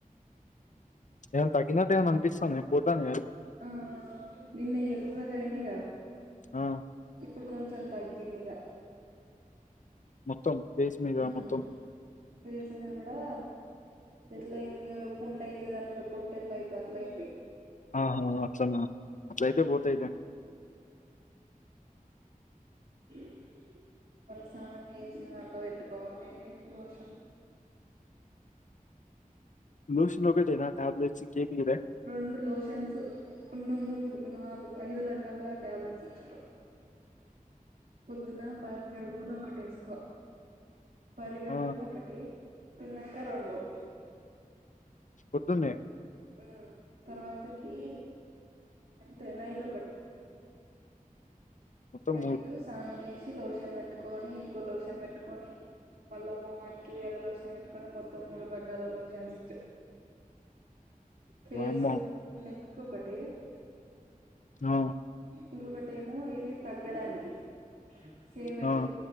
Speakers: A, on the left; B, on the right.
A: ఏమన్న తగినట్టు ఏమైన అనిపిస్తానయా పోతానయ అవి
B: ఆ నిన్న ఎర్రగయినయ్ గా
A: ఆ
B: ఇప్పుడు కొంచెం తగ్గిందిగా
A: మొత్తం ఫేస్ మీద
B: ఉమ్
A: మొత్తం
B: ఫేస్ మీద కూడాన్ ఎట్లయింది ఏదో పుండయితే దాని మీద పొట్తేట్లయితదో అట్లయిన్
A: ఆహా అట్లనా అట్లయితే బోతయ్లే
B: ఊమ్ మళ్ళ స్నానం చేసి మళ్ళ పెట్టుకోవాలి లోషన్
A: లూషన్ ఒకటెనా ట్యాబ్లెట్స్ ఇంకేం ఇయ్యలే
B: రొండు లోషన్స్ రెండు, మూడు, నాలుగు, ఐదు రకాల టాబ్లెట్స్ ఇచ్చిర్రు పొద్దున పరిగడుపున ఒకటేసుకో పరిగడుపునొ
A: ఆ!
B: కటి తిన్నంక రొండు
A: పొద్దున్నే
B: ఉమ్ తర్వాతకి అంతే నైట్ ఒకటి
A: మొత్తం
B: నైటూ సానం చేసి లోషన్ పెట్టుకొని ఇంకో లోషన్ పెట్టుకొని మళ్ళ మొహానికి వేరే లోషన్ వెట్టుకొని మొత్తం మూడు రకాల లోషన్స్ ఇచ్చార్ ఫేసుకున్
A: వామ్మో!
B: నెక్కు ఒకటి
A: నవ్వు
B: ఇంకొకటేమో ఇది తగ్గడానికి సేమ్ ఎట్ల్
A: ఆ!